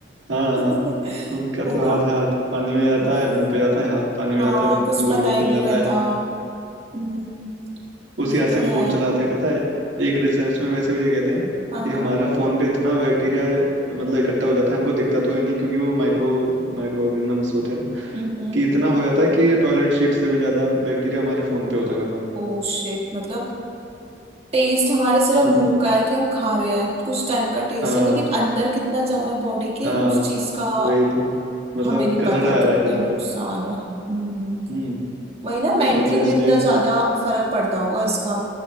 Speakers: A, on the right; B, on the right.
A: हाँ
B: <laughs>
A: उनका
B: है
A: तो
B: ना
A: हाथ हाथ पानी में जाता
B: भाई
A: है मुंह पे जाता है हाथ पानी में
B: हाँ
A: जाता है
B: कुछ
A: गोलगप्पे
B: पता ही नहीं
A: में जाता
B: रहता
A: है
B: हम्म,
A: उसी
B: ये
A: हाथ से
B: तो
A: फोन
B: है
A: चलाते हैं पता है एक रिसर्च में वैसे भी ये कहते हैं
B: हाँ
A: कि
B: हाँ
A: हमारा फोन पे इतना बैक्टीरिया मतलब इकट्ठा हो जाता है हमको दिखता तो है नहीं क्योंकि वो माइक्रो माइक्रो ऑर्गेनिजम्स होते हैं
B: हम्म
A: कि इतना हो जाता है कि टॉयलेट सीट से भी ज्यादा बैक्टीरिया हमारे फोन पे होता है बताओ
B: ओ शिट मतलब टेस्ट हमारे सिर्फ
A: मतलब
B: मुंह का है कि हम खा रहे हैं कुछ टाइम का टेस्ट
A: हाँ
B: है लेकिन अंदर कितना जा रहा है बॉडी के
A: हाँ
B: उस चीज का
A: वही तो मतलब
B: हमें नहीं
A: कचड़ा
B: पता कितने
A: आ रहा है कचड़ा
B: नुकसान है हम्म
A: हम्म
B: वही ना मेंटली
A: और जैसे
B: भी इतना ज्यादा फर्क पड़ता होगा इसका